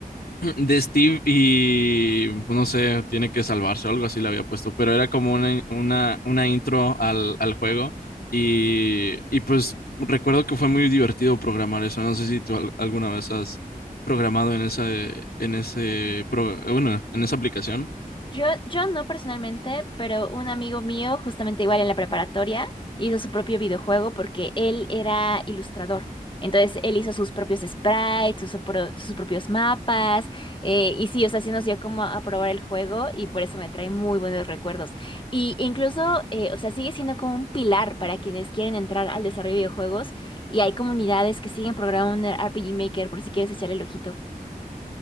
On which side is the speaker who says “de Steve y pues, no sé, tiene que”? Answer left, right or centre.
Left